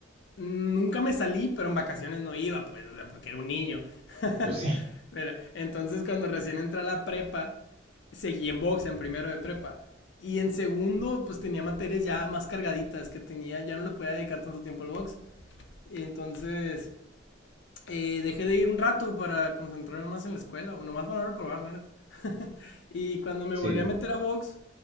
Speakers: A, on the left; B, on the right.
A: nunca me salí, pero en vacaciones no iba, pues, porque era un niño. <laughs>
B: Pues sí,
A: Mira, entonces cuando recién entré a la prepa, seguí en box en primero de prepa. Y en segundo, pues tenía materias ya más cargaditas que tenía, ya no le podía dedicar tanto tiempo al box. Y entonces eh, dejé de ir un rato para concentrarme más en la escuela, o nomás para probar, la neta. <laughs> y cuando me
B: Sí.
A: volví a meter a box,